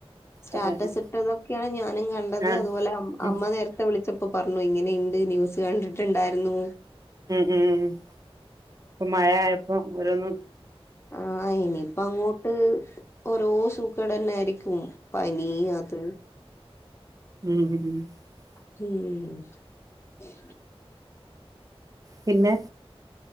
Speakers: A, on the left (about 25°); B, on the right (about 35°).
A: സ്റ്റാറ്റസ്
B: അതന്നെ
A: ഇട്ടതൊക്കെയാണ് കണ്ടത്
B: ആഹ്
A: അതുപോലെഅമ്
B: ഉം
A: അമ്മ നേരത്തെ വിളിച്ചപ്പോ പ പറഞ്ഞു ഇങ്ങനെണ്ട് ന്യൂസ് കണ്ടിട്ടുണ്ടായിരുനോ
B: ഉം ഉം ഇപ്പൊ മഴയായപ്പോ ഓരോന്ന്
A: ആ ഇനിയിപ്പ ങ്ങോട്ട് ഓരോ സൂകേടാന്നായിരിക്കും പനിയത്
B: <inaudible>
A: <unintelligible>
B: പിന്നെ